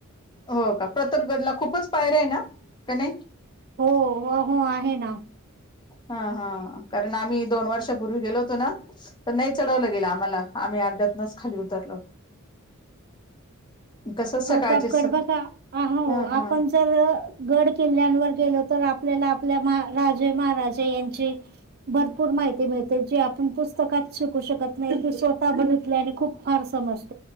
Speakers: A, on the left (about 20°); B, on the right (about 50°).
A: हो का प्रतापगडला खूपच पायऱ्या आहे ना का नाही
B: हो-हो आहे ना
A: हा-हा कारण आम्ही दोन वर्षापूर्वी गेलो होतो ना तर नाही चढवलं गेलं आम्हाला आम्ही अर्ध्यातनच खाली उतरलो
B: <inaudible>
A: कसं
B: प्रतापगड
A: सकाळचे स
B: बघा अहो,
A: हा हा
B: आपण जर गड किल्ल्यांवर गेलो तर आपल्याला आपल्या राजे महाराजे यांची भरपूर माहिती मिळते त्याची आपण पुस्तकत शिकू शकत नाही, एक स्वतः बघितले आणि खूप फार समजत